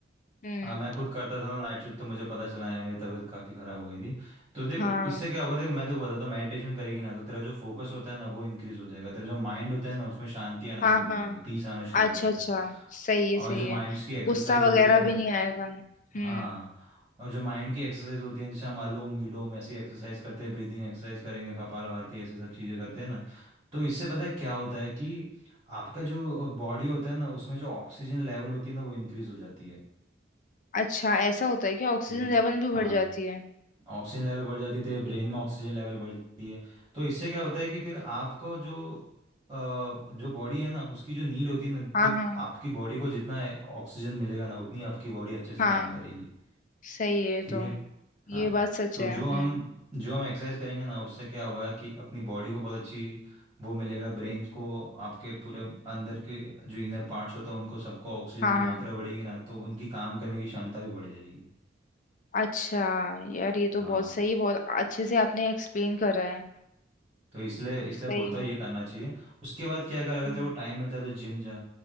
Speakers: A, on the left; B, on the right.
A: हम्म
B: हाँ मैं खुद करता था ना नाइट शिफ्ट तो मुझे पता चला यार मेरी तबीयत काफ़ी ख़राब हो गई थी तो देख
A: हाँ
B: इससे क्या होगा देख मैं तो बताता हूँ मेडिटेशन करेगी ना तो तेरा जो फोकस होता है ना वो इंक्रीज़ हो जाएगा तेरा जो माइंड होता है ना उसमें शांति आना
A: हाँ
B: शुरू हो
A: हाँ
B: जाएगी पीस आना शुरू
A: अच्छा
B: हो जाएगा
A: अच्छा सही है
B: और
A: सही
B: जो माइंड्स
A: है
B: की एक्सरसाइज
A: गुस्सा
B: होती
A: वगैरह
B: है ना
A: भी नहीं आएगा
B: हाँ
A: हम्म
B: और जो माइंड की एक्सरसाइज होती है जैसे हम अनुलोम विलोम ऐसी एक्सरसाइज करते हैं ब्रीदिंग एक्सरसाइज करेंगे कपालभाति ऐसे सब चीज़ें करते हैं ना तो इससे पता है क्या होता है कि आपका जो बॉडी होता है ना उसमें जो ऑक्सीजन लेवल होती है ना वो इंक्रीज हो जाती है
A: अच्छा ऐसा होता है क्या ऑक्सीजन
B: समझ रही हैं?
A: लेवल भी
B: हाँ
A: बढ़ जाती है
B: ऑक्सीजन लेवल बढ़ जाती है तेरे ब्रेन में ऑक्सीजन लेवल बढ़ जाती है तो इससे क्या होता है कि फिर आपको जो अ, जो बॉडी है ना उसकी जो नीड होती है ना देख
A: हाँ हाँ
B: आपकी बॉडी को जितना ऑक्सीजन मिलेगा ना उतनी आपकी बॉडी अच्छे से
A: हाँ
B: काम करेगी
A: सही है
B: ठीक
A: तो
B: है हाँ
A: ये बात सच
B: तो
A: है
B: जो
A: हम्म
B: हम जो हम एक्सरसाइज करेंगे ना उससे क्या होगा कि अपनी बॉडी को बहुत अच्छी वो मिलेगा ब्रेन को आपके पूरे अंदर के जो इनर पार्ट्स होता है उनको सबको ऑक्सीजन
A: हाँ
B: की
A: हाँ
B: मात्रा बढ़ेगी ना तो उनकी काम करने की क्षमता भी बढ़ जाएगी
A: अच्छा यार ये तो
B: हाँ
A: बहुत सही बहुत अच्छे से आपने एक्सप्लेन करा है
B: तो इसलिए इसलिए
A: सही
B: बोलता
A: है
B: हूँ ये करना चाहिए उसके बाद क्या कर अगर
A: हम्म
B: तेरे को टाइम मिलता है तो जिम जा